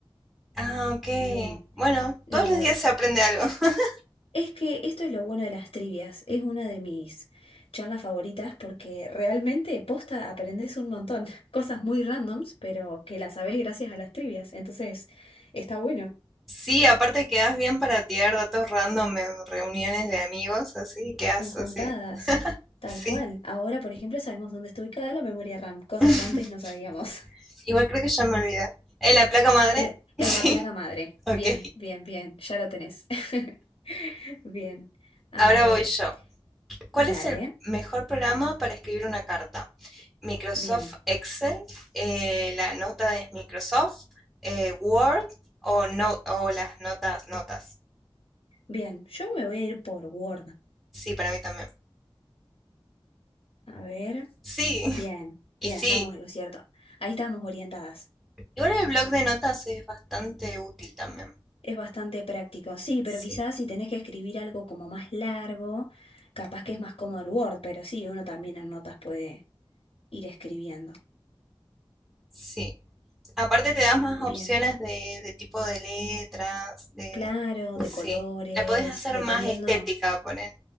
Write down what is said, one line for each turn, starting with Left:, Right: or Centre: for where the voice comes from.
Centre: Ah, ok.
Left: Bien.
Centre: Bueno,
Left: No,
Centre: todos los
Left: la...
Centre: días se aprende algo. <laughs>
Left: es que esto es lo bueno de las trivias. Es una de mis charlas favoritas porque realmente posta aprendes un montón. <laughs> Cosas muy randoms, pero que las sabés gracias a las trivias. Entonces, está bueno.
Centre: Sí, aparte quedas bien para tirar datos random en reuniones de amigos, así quedas
Left: Enjuntadas.
Centre: así.
Left: Tal
Centre: Sí.
Left: cual. Ahora, por ejemplo, sabemos dónde está ubicada la memoria RAM, cosa
Centre: <laughs>
Left: que antes no sabíamos.
Centre: Igual creo que ya me olvidé. ¿En la placa madre?
Left: En,
Centre: <laughs>
Left: en
Centre: Sí.
Left: la placa madre.
Centre: Ok.
Left: Bien, bien, bien. Ya lo tenés. <laughs> Bien. A
Centre: Ahora
Left: ver,
Centre: voy yo. ¿Cuál
Left: dale.
Centre: es el mejor programa para escribir una carta? Microsoft
Left: Bien,
Centre: Excel, eh, la nota de Microsoft, eh, Word o, no, o las notas, notas.
Left: bien. Yo me voy a ir por Word.
Centre: Sí, para mí también.
Left: A ver.
Centre: Sí,
Left: Bien,
Centre: <laughs> y
Left: bien,
Centre: sí.
Left: estábamos en lo cierto. Ahí estábamos orientadas.
Centre: Igual el blog de notas es bastante útil también.
Left: Es bastante práctico. Sí, pero
Centre: Sí,
Left: quizás si tenés que escribir algo como más largo, capaz que es más cómodo el Word, pero sí, uno también en notas puede ir escribiendo.
Centre: sí. Aparte te das más
Left: Bien.
Centre: opciones de, de tipo de letras, de...
Left: Claro, de
Centre: Sí.
Left: colores,
Centre: La podés hacer
Left: dependiendo.
Centre: más estética, poner.